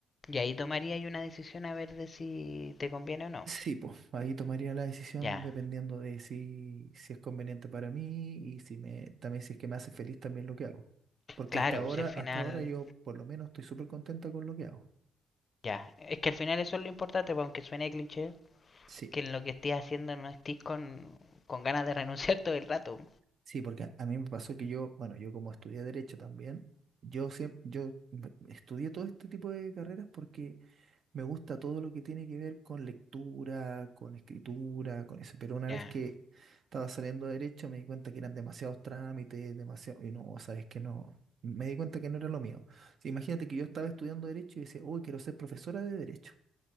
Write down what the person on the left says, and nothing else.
Y ahí tomaría yo una decisión a ver de si te conviene o no.
Ya,
Claro,
pues si al final,
ya, es que al final eso es lo importante, pues, aunque suene cliché,
que en lo que estés haciendo no estés con, con ganas de renunciar todo el rato.
Ya.